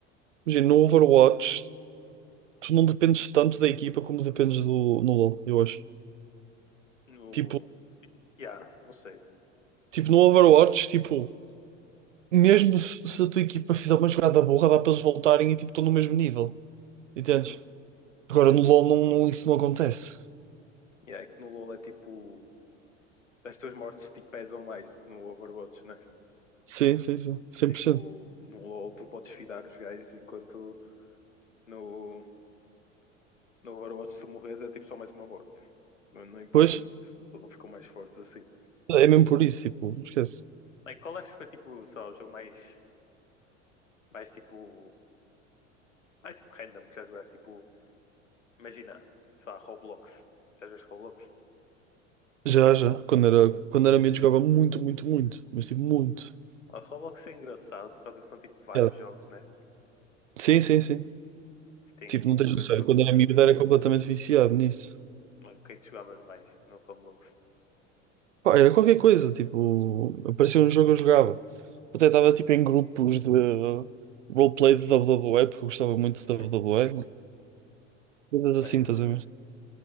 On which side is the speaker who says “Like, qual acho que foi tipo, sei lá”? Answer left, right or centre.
Left